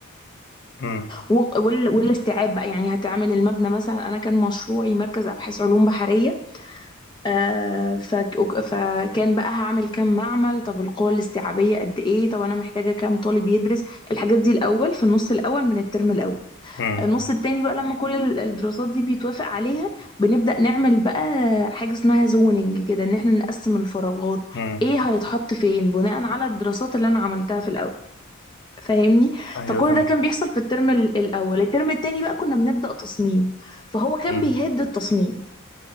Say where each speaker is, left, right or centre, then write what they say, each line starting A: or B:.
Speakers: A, on the left (about 55°); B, on the left (about 20°).
A: امم
B: و- وال- والاستيعاب بقى يعني هتعمل المبنى مثلا انا كان مشروعي مركز ابحاث علوم بحريه آه، فك- وك- فكان بقى هعمل كام معمل طب القوة الاستيعابية قد ايه طب انا محتاجة كام طالب يدرس الحاجات دي الاول في النص الاول من الترم الاول
A: امم
B: النص التاني بقى لما كل ال- الدراسات دي بيتوافق عليها بنبدأ نعمل بقى حاجة اسمها زوننج كده ان احنا نقسم الفراغات
A: امم
B: ايه هيتحط فين بناء على الدراسات اللي انا عملتها في الاول فاهمني
A: أيوه
B: فكل
A: فاهم
B: ده كان بيحصل في الترم ال- الاول الترم التاني بقى كنا بنبدأ تصميم فهو كان
A: امم
B: بيهد التصميم